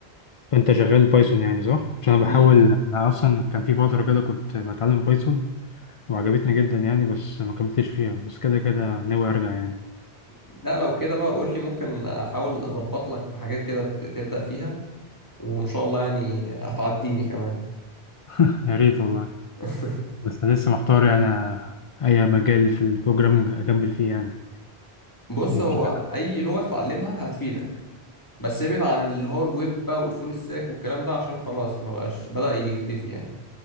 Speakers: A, on the left; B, on the left.
A: فانت شغال بايثون يعني صح عشان انا
B: امم
A: بحاول انا اصلا كان في فتره كده كنت بتعلم بايثون وعجبتني جدا يعني بس ما كملتش فيها بس كده كده ناوي ارجع يعني
B: لا لو كده بقى قول لي ممكن احاول اظبط لك في حاجات كده ت- تبدأ فيها وان شاء الله يعني هتعديني كمان
A: <laughs> يا ريت والله
B: <laughs>
A: بس أنا لسه محتار يعني أي مجال في البروجرامينج أكمل فيه يعني
B: بص
A: إن
B: هو
A: في
B: اي لغة تتعلمها هتفيدك بس ابعد عن اللي هو الويب بقى والفول ستاك والكلام ده عشان خلاص ما بقاش بدأ يختفي يعني